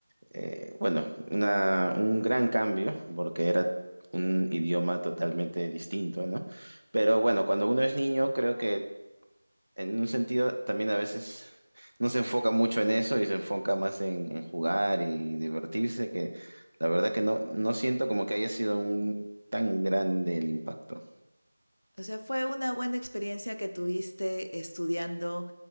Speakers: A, on the right; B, on the left.
A: eh, bueno, una, un gran cambio, porque era un idioma totalmente distinto, ¿no? Pero bueno, cuando uno es niño, creo que en un sentido también a veces no se enfoca mucho en eso y se enfoca más en, en jugar y divertirse, que la verdad que no, no siento como que haya sido un tan grande el impacto.
B: O sea, fue una buena experiencia que tuviste estudiando